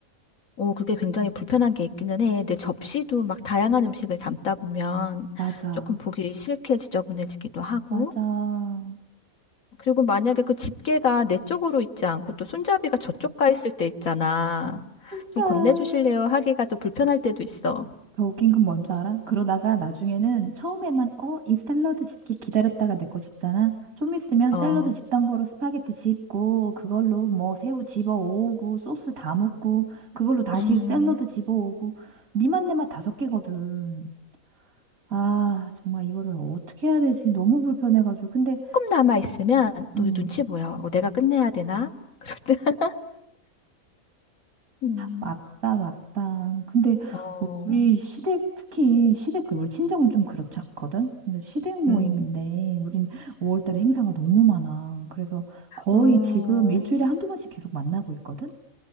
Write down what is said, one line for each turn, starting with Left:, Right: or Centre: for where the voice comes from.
Left: 어, 그게 굉장히 불편한 게 있기는 해. 내 접시도 막 다양한 음식을 담다 보면
Right: 맞아.
Left: 조금 보기 싫게 지저분해지기도 하고.
Right: 맞아.
Left: 그리고 만약에 그 집게가 내 쪽으로 있지 않고 또 손잡이가 저쪽 가 있을 때 있잖아.
Right: 맞아.
Left: 좀 건네주실래요? 하기가 또 불편할 때도 있어.
Right: 더 웃긴 건 뭔 줄 알아? 그러다가 나중에는 처음에만 어, 이 샐러드 집기 기다렸다가 내 거 집잖아. 좀 있으면
Left: 어,
Right: 샐러드 집던 거로 스파게티 집고 그걸로 뭐 새우 집어 오고 소스 다 묻고 그걸로 다시
Left: 음,
Right: 샐러드 집어 오고 니 맛 내 맛 다섯 개거든. 아, 정말 이거를 어떻게 해야 되지? 너무 불편해가지고. 근데
Left: 조금 남아 있으면
Right: 음,
Left: 또 눈치 보여. 이거 내가 끝내야 되나? 그럴 때, <laughs> 음,
Right: 맞다, 맞다. 근데
Left: 어,
Right: 우리 시댁, 특히 시댁, 그 우리 친정은 좀 그렇지 않거든? 근데 시댁 모임인데,
Left: 음,
Right: 우린 5월 달에 행사가 너무 많아. 그래서 거의
Left: 어,
Right: 지금 일주일에 한두 번씩 계속 만나고 있거든?